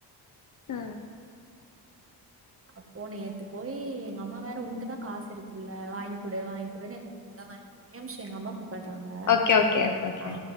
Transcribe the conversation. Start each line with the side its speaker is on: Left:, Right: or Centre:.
Left: அ
Right: அப்போ நேத்து போயி எங்க அம்மா வேற உண்ட்டதா காசு இருக்குல்ல வாங்கிக் குடு வாங்கிக் குடுன்னு ஒரே நிமிஷோ எங்க அம்மா கூப்பிடுறாங்க
Left: ஓகே ஓகே ஓகே ஓகே
Right: ஆ